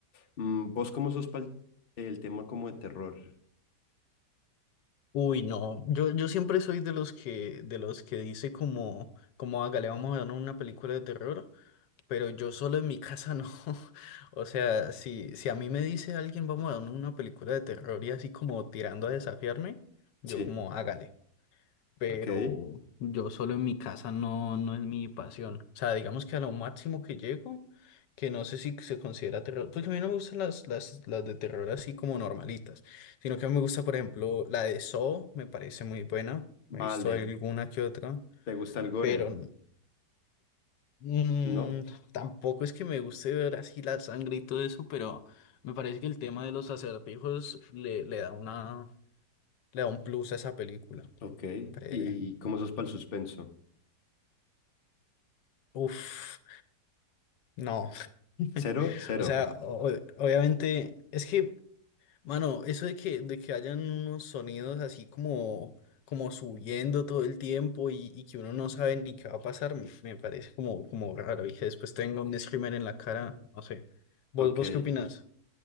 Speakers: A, on the left (about 40°); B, on the left (about 80°).
A: Mm, ¿vos cómo sos para el tema como de terror?
B: Uy, no, yo, yo siempre soy de los que, de los que dice como, como hágale, vamos a ver una película de terror, pero yo solo en mi casa no. <laughs> O sea, si, si a mí me dice alguien, vamos a ver una película de terror y así como tirando a desafiarme, yo
A: Sí,
B: como hágale. pero
A: ok.
B: yo solo en mi casa no, no es mi pasión. O sea, digamos que a lo máximo que llego, que no sé si se considera terror, porque a mí no me gustan las, las, las de terror así como normalitas, sino que me gusta, por ejemplo, la de Saw, me parece muy buena,
A: Vale,
B: me he visto alguna que otra,
A: ¿te gusta el gore?
B: pero mm,
A: ¿No?
B: tampoco es que me guste ver así la sangre y todo eso, pero me parece que el tema de los acertijos le, le da una, le da un plus a esa película.
A: Ok,
B: Pre-
A: ¿y cómo sos para el suspenso?
B: Uf, no. <laughs>
A: ¿Cero? Cero.
B: O sea, o- obviamente, es que, mano, eso de que, de que hayan unos sonidos así como, como subiendo todo el tiempo y, y que uno no sabe ni qué va a pasar, me, me parece como, como raro. Y que después tenga un screamer en la cara, no sé. ¿Vos,
A: Ok.
B: vos qué opinas?